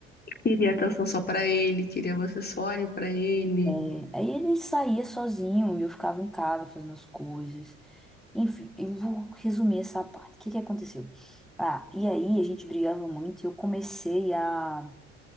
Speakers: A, on the left (about 25°); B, in the centre.
A: Queria atenção só pra ele, queria você só ali pra ele.
B: Eh, aí ele saía sozinho e eu ficava em casa fazendo as coisas. Enfim, eu vou resumir essa parte. O que que aconteceu? Ah, e aí a gente brigava muito e eu comecei a.